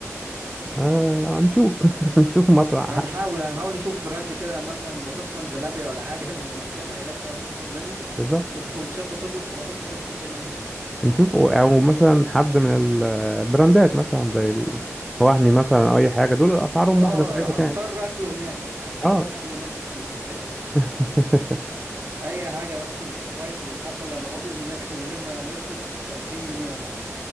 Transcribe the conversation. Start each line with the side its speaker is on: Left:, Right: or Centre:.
Centre: آه هنشوف <laughs> هنشوف مطعم
Right: هنحاول
Centre: ح-
Right: هنحاول نشوف براند كده مثلا بطاطس سنزلابيا ولا حاجه <laughs> مفتوح هناك نروح ناكل منه
Centre: بالظبط
Right: سندوتشات بطاطس وخلاص نمشي الدنيا هناك
Centre: نشوف او أو مثلا حد من البراندات مثلا زي الوهمي مثلا او اي حاجه دول اسعارهم
Right: اه
Centre: واحده في اي مكان
Right: هضطر <laughs> اكله هناك هضطر
Centre: اه
Right: اكله هناك بس مش مشكله
Centre: <laughs>
Right: اي حاجه بس نسرفايف الحبه اللي هنقعده هناك من غير ما نصرف 2000 جنيه ولا حاجه